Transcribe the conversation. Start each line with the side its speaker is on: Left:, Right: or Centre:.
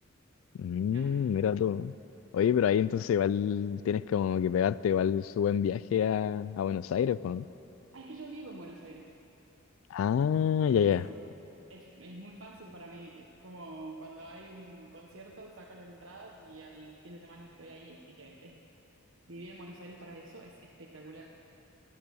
Left: Mm,
Right: Me encanta.
Left: mira tú. Oye, pero ahí entonces igual tienes como que pegarte igual su buen viaje a, a Buenos Aires, po, ¿no?
Right: Ah, es que yo vivo en Buenos Aires,
Left: Ah,
Right: por
Left: ya,
Right: eso.
Left: ya.
Right: Es, es muy fácil para mí. Es como cuando hay un concierto, saco las entradas y al fin de semana estoy ahí. Así que es, vivir en Buenos Aires para eso es espectacular.